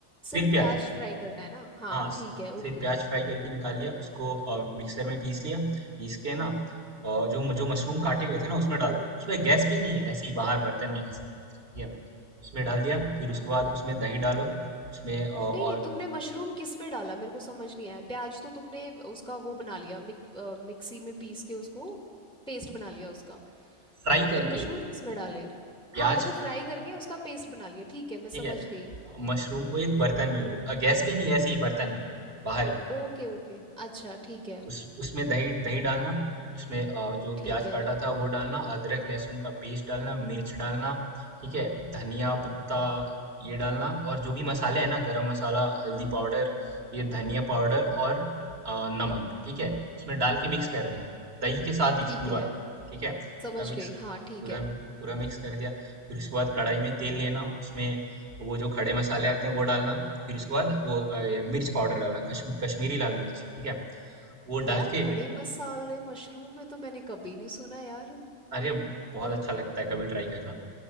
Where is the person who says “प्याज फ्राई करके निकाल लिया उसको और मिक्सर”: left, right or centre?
Right